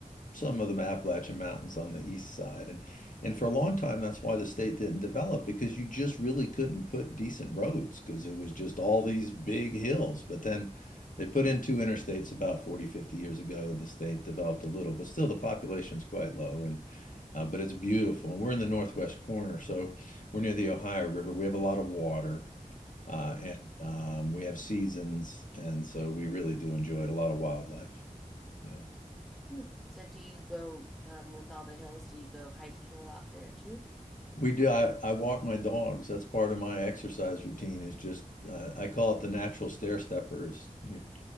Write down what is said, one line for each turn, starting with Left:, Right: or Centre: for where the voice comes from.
Left: some of the Appalachian Mountains on the east side. And and for a long time, that's why the state didn't develop because you just really couldn't put decent roads because it was just all these big hills. But then they put in two interstates about 40 50 years ago, and the state developed a little, but still the population's quite low. And uh, but it's beautiful. And we're in the northwest corner, so we're near the Ohio River. We have a lot of water. Uh, and um, we have seasons, and so we really do enjoy it. A lot of wildlife. Yeah.
Centre: Neat. So do you go um, with all the hills? Do you go hiking a lot there too?
Left: We do. I, I walk my dogs. That's part of my exercise routine is just, uh, I call it the natural stair steppers. You're